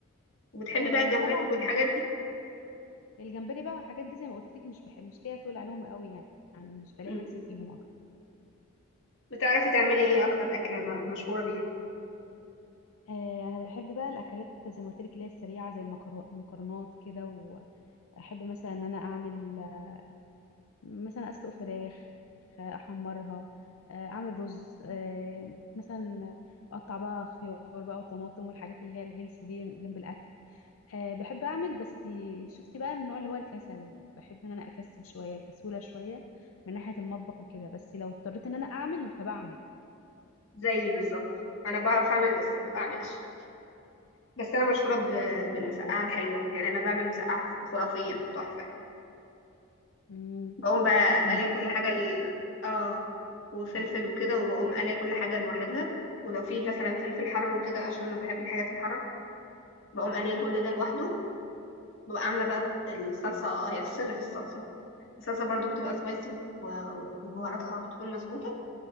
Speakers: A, on the left; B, on the left.
A: وبتحبي
B: آه
A: بقى الجمبري
B: طبعا
A: والحاجات دي
B: الجمبري بقى والحاجات دي زي ما قلت لك مش بحب مش ليا تقول عليهم قوي يعني يعني مش بلاقي
A: مم.
B: نفسي فيهم
A: بتعرفي تعملي ايه أكتر أكلة م- مشهورة بيها
B: آه، انا بحب بقى الاكلات زي ما قلت لك اللي هي السريعه زي المكرو- المكرونات كده واحب مثلا ان انا اعمل آه، مثلا اسلق فراخ آه، احمرها آه، اعمل رز آه، مثلا اقطع بقى خيار بقى وطماطم والحاجات اللي هي الهيلثي دي جنب الاكل آه، بحب اعمل بس دي- شفتي بقى النوع اللي هو الكسل بحب ان انا اكسل شويه كسوله شويه من ناحيه المطبخ وكده بس لو اضطريت ان انا اعمل فبعمل
A: زيي بالظبط أنا بعرف أعمل بس ما بعملش بس أنا مشهورة ب- بالمسقعة
B: ايوه هو
A: الحلوة
B: كسل
A: يعني أنا بعمل مسقعة خرافية تحفة
B: مم.
A: بقوم بقى
B: بتنجان
A: قاليه كل
B: بقى
A: حاجة ال... اه وفلفل
B: مم.
A: وكده وبقوم قاليه كل حاجة لوحدها ولو في مثلا فلفل حر وكده عشان انا بحب الحاجات الحارة بقوم قاليه
B: مم.
A: كل ده لوحده ببقى عاملة بقى الصلصة هي السر في الصلصة الصلصة برضو بتبقى سبايسي و- وبهاراتها بتكون مظبوطة